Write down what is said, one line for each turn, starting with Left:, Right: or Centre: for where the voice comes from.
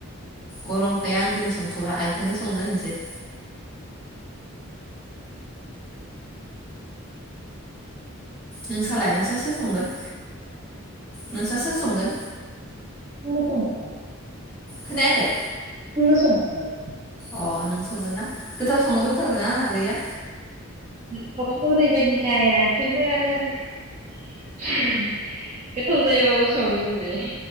Centre: गरमखाय आं दिनै संथ'ला आइखौसो संनो होनोसै नोंसालाय नोंसा सोर संगोन? नोंसा सोर संगोन?
Right: <unintelligible>
Centre: खोनायाखै
Right: <unintelligible>
Centre: अ नों संगोन ना गोथाव संनो रोंथारगो ना आगैया
Right: गोथावथ' ओरैबायदि जाया थेवबो आरो गोथाव <unintelligible> जायाबाबो सङो होनलाय